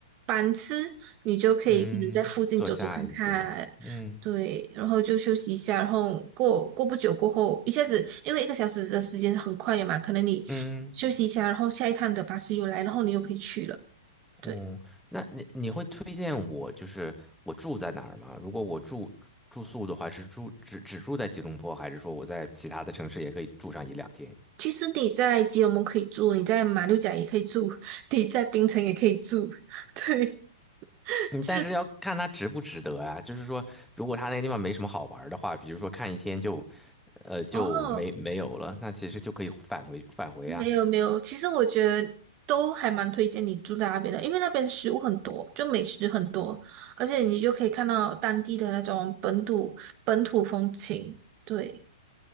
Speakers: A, on the right; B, in the centre.
A: 班次，你就可以可能在附近走走看看，
B: 嗯，做下一个，嗯。
A: 对，然后就休息一下，然后过过不久过后，一下子因为一个小时的时间很快的嘛，可能你休息一下，
B: 嗯
A: 然后下一趟的巴士又来，然后你又可以去了。对，
B: 嗯，那你你会推荐我就是我住在哪儿吗？如果我住住宿的话，是住只只住在吉隆坡，还是说我在其他的城市也可以住上一两天？
A: 其实你在吉隆坡可以住，你在马六甲也可以住，<laughs> 你在槟城也可以住，<laughs> 对，就
B: 嗯，但是要看它值不值得啊。就是说，如果它那个地方没什么好玩儿的话，比如说看一天就呃就没没有了，
A: 哦。
B: 那其实就可以返回返回啊。
A: 没有没有，其实我觉得都还蛮推荐你住在那边的，因为那边食物很多，就美食很多，而且你就可以看到当地的那种本土本土风情。对，